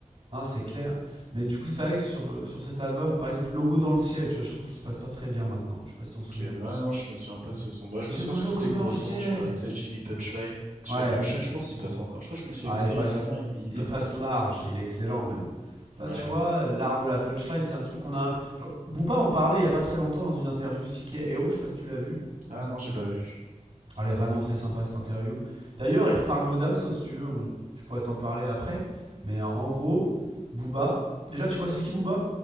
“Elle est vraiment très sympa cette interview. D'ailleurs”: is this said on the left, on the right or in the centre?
Right